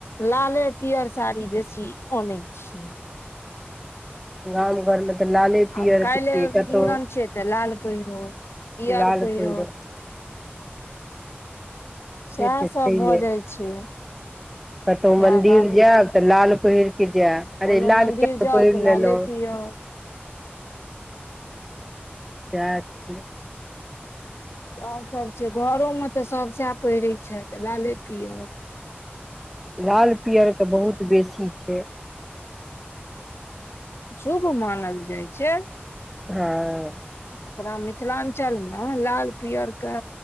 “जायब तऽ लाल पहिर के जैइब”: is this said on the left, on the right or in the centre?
Centre